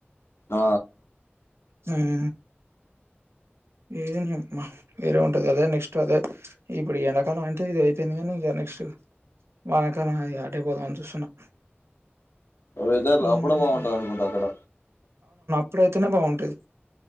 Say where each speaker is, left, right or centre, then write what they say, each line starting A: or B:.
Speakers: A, on the left; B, on the right.
A: ఆ
B: ఉమ్ నువ్వే చెప్పు మ్మా వేరే ఉంటది అదే నెక్స్ట్ అదే ఇప్పుడు ఎండాకాలం అంటే ఇది అయిపోయింది కానీ ఇంక నెక్స్ట్ వానకాలం అది ఆటైపోదాం అని చూస్తున్నా
A: వెదర్
B: హ్మ్.
A: అప్పుడే బాగుంటాంది అనుకుంటా అక్కడ
B: ఎప్పుడైతేనే బాగుంటది